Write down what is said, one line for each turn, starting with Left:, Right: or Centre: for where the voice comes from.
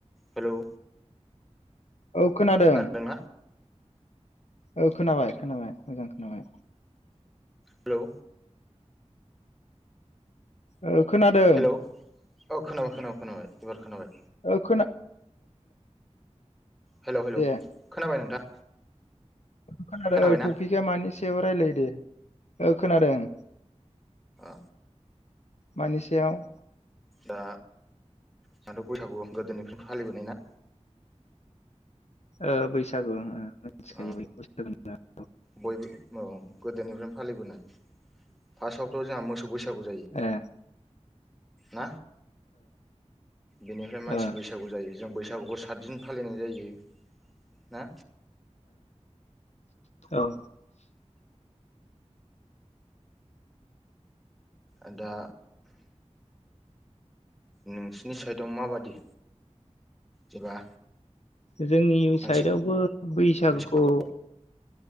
Centre: हेलौ।
Left: औ खोनादों।
Centre: खोनादोंना
Left: ओ खोनाबाय मोजां खोनाबाय।
Centre: हेलौ।
Left: ओ खोनादों।
Centre: हेलौ औ खोनाबाय खोनाबाय खोनाबाय एबार खोनाबाय।
Left: औ खोना
Centre: हेल' हेल'
Left: दे
Centre: खोनाबाय नोंथां।
Left: खोनादों
Centre: खोनाबायना
Left: टपिकआ मानि सायाव रायलायो दे ओ खोनादों।
Centre: अ।
Left: मानि सायाव?
Centre: दा दाथ' बैसागु गोदोनिफ्राय फालिबोनाय ना?
Left: ओ बैसागु मिथिखायो
Centre: अ बयबो औ गोदोनिफ्रायनो फालिबोनाय फार्स्टआवथ' जोंहा मोसौ बैसागु जायो।
Left: ओ।
Centre: <unintelligible> बेनिफ्राय मानसि
Left: ओ
Centre: बैसागो बैसागु जायो जों बैसागुखौ सातदिन फालिनाय जायो। ना?
Left: ओ औ।
Centre: ओ दा। नोंसिनि साइडआव माबादि जेबा
Left: जोंनि
Centre: मानसि
Left: साइदआवबो बैसागुखौ
Centre: बैसागु